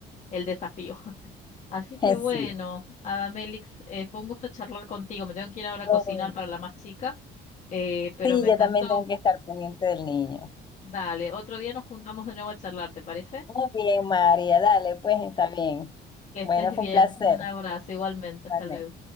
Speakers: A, on the left (about 45°); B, on the left (about 25°).
A: el desafío. <laughs> Así
B: <laughs>
A: que bueno,
B: Sí.
A: Adamelix, eh, fue un gusto charlar contigo. Me tengo que ir ahora
B: Muy-
A: a cocinar para la más chica, eh, pero
B: Sí,
A: me encantó.
B: yo también tengo que estar pendiente del niño.
A: Dale, otro día nos juntamos de nuevo a charlar, ¿te parece?
B: Muy bien, María, dale, pues está bien.
A: Que estés
B: Bueno,
A: bien.
B: fue un placer.
A: Un abrazo igualmente.
B: Igualmente.
A: Hasta luego.